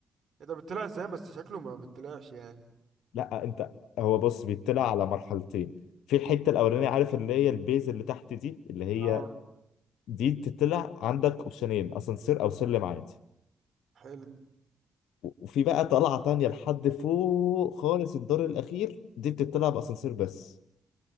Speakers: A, on the right; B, on the left.
A: ايه ده بيطلع ازاي بس شكله ما بيطلعش يعني
B: لا انت هو بص بيطلع على مرحلتين في الحته الاولانيه عارف اللي هي البيز اللي تحت دي اللي هي
A: اه
B: دي تطلع عندك اوبشنين اسانسير او سلم عادي
A: حلو
B: وفي بقى طلعة تانية لحد فوق خالص الدور الأخير دي بتطلع بأسانسير بس